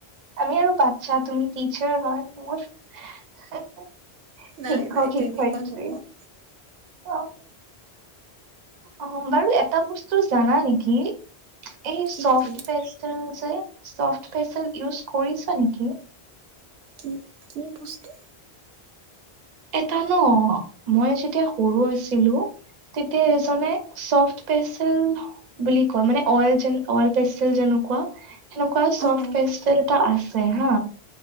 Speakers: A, on the right; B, on the right.
A: আমি আৰু বাচ্ছা তুমি টচাৰ হয়। তোমোৰ শিক্ষক
B: নাই
A: শিক্ষক
B: নাই তেনেকুৱা
A: একোৱি
B: নহয়
A: অ', আহ বাৰু এটা বস্তু জানা নেকি? এই
B: কি
A: চফট
B: কি
A: পেচিল যে চফ্ট পেচিল ইউজ কৰিছ নেকি?
B: কি কি বস্তু?
A: এটা ন মই যেতিয়া সৰু আছিলো। তেতিয়া এজনে চফট পেচেল বুলি ক, মানে অইল অই পেষ্টেল যেনেকুৱা সেনেকুৱা
B: অ অ
A: পেষ্ট আছে হা